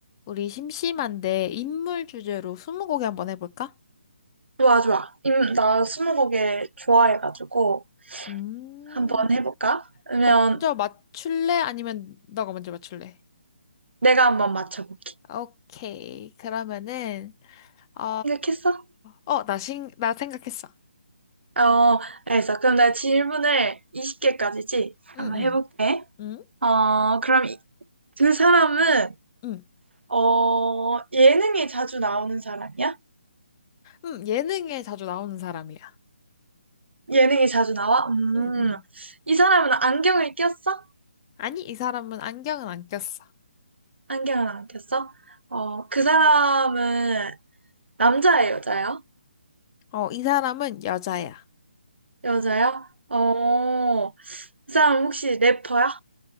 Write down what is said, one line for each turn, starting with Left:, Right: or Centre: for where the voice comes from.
Left: 우리 심심한데 인물 주제로 스무고개 한번 해볼까?
Right: 좋아, 좋아. 임, 나 스무고개 좋아해가지고
Left: 음.
Right: 한번 해볼까? 그러면
Left: 그럼 먼저 맞출래? 아니면 너가 먼저 맞출래?
Right: 내가 한번 맞춰볼게.
Left: 오케이. 그러면은 어,
Right: 생각했어?
Left: 어, 나 신, 나 생각했어.
Right: 어, 알겠어. 그럼 내가 질문을 20개까지지?
Left: 응,
Right: 한번
Left: 응,
Right: 해볼게.
Left: 응,
Right: 어, 그럼 이- 그 사람은
Left: 응,
Right: 어, 예능에 자주 나오는 사람이야?
Left: 응. 예능에 자주 나오는 사람이야.
Right: 예능에 자주 나와? 음,
Left: 응, 응.
Right: 이 사람은 안경을 꼈어?
Left: 아니, 이 사람은 안경은 안 꼈어.
Right: 안경을 안 꼈어? 어, 그 사람은 남자예요, 여자예요?
Left: 어, 이 사람은 여자야.
Right: 여자요 어, 그 사람 혹시 래퍼야?